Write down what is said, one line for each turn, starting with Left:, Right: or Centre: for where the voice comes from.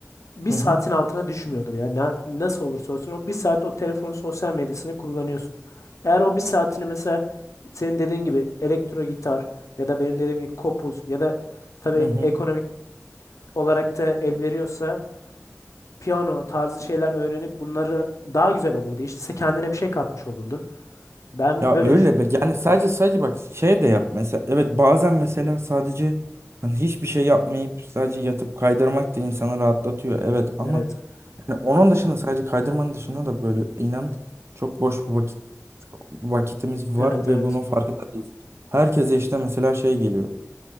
Left: bir
Right: Hı
Left: saatin
Right: hı.
Left: altına düşmüyordur ya. Na- nasıl olursa olsun o bir saat o telefonun sosyal medyasını kullanıyorsun. Eğer o bir saatini mesela senin dediğin gibi elektro gitar ya da benim dediğim gibi kopuz ya da tabii
Right: Hı hı.
Left: ekonomik olarak da el veriyorsa piyano tarzı şeyler öğrenip bunları daha güzel olurdu. İşte sen kendine bir şey katmış olurdun. Ben
Right: Ya
Left: böyle
Right: öyle
Left: düşünüyorum.
Right: be. Yani sadece sadece bak şey de yap mesela. Evet bazen mesela sadece hani hiçbir şey yapmayıp sadece yatıp kaydırmak da insanı rahatlatıyor. Evet ama
Left: Evet.
Right: yani onun dışında sadece kaydırmanın dışında da böyle inan çok boş vakit vakitimiz
Left: Evet
Right: var ve
Left: evet.
Right: bunun farkında değiliz. Herkese işte mesela şey geliyor.